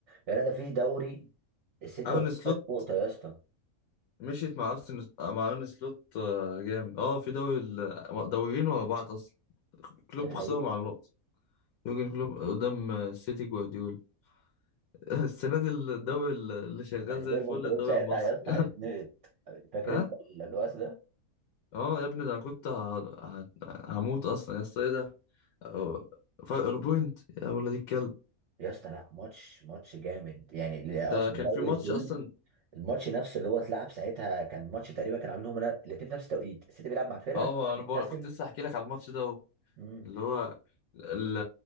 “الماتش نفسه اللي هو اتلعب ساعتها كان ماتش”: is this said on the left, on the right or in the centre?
Right